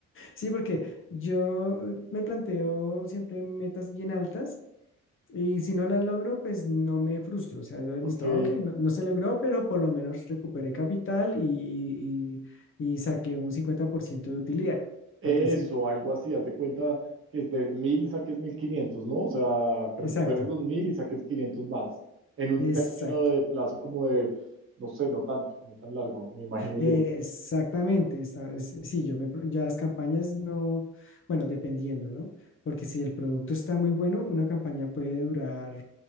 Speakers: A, on the left; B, on the right.
A: Sí, porque yo eh, me planteo siempre metas bien altas y si no las logro, pues no me frustro. O sea, yo, listo,
B: ok.
A: ah, ok, no, no se logró, pero por lo menos recuperé capital y, y- y- y saqué un 50% de utilidad,
B: Eso,
A: por decir,
B: algo así, haz de cuenta que es de mil saques mil quinientos ¿no? O sea, que
A: Exacto,
B: recuperes los mil y saques 500 más, en un
A: exacto,
B: término de plazo como de, no sé, no tanto, no tan largo, me imagino yo.
A: eh, exactamente. Está, es- sí, yo me, pro- ya las campañas no, bueno, dependiendo, ¿no? Porque si el producto está muy bueno, una campaña puede durar